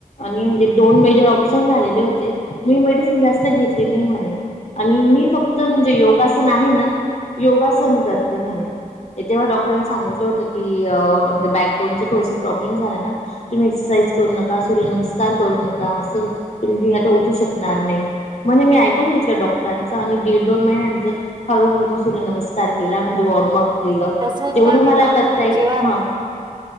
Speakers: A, on the left (about 50°); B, on the right (about 30°).
A: आणि म्हणजे दोन मेजर ऑपरेशन झालेले होते मी मेडिसिन जास्त घेतले नाही म्हणे आणि मी फक्त म्हणजे योगासन आहे ना योगासन करते म्हणे तेव्हा डॉक्टरांनी सांगितलं होत - की म्हणजे बॅकबोनचं थोडस प्रॉब्लेम झालाना तुम्ही एक्सरसाईज करू नका सूर्यनमस्कार करू नका असं तुम्ही आता उठू शकणार नाही म्हणे मी ऐकून घेतलं डॉक्टरांच आणि दीड दोन महिन्यानंतर हळूहळू सूर्यनमस्कार केला मी म्हणजे वॉर्मअप- केलं
B: तसं
A: जेवढं
B: तर आहे
A: मला'
B: ना
A: तण ' ये
B: जेव्हा
A: हा -